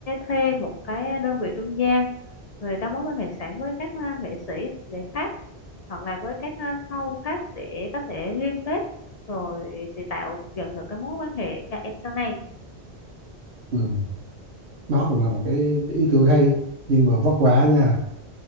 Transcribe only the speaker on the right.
Ừ. Đó cũng là một cái, cái ý tưởng hay nhưng mà vất vả nha.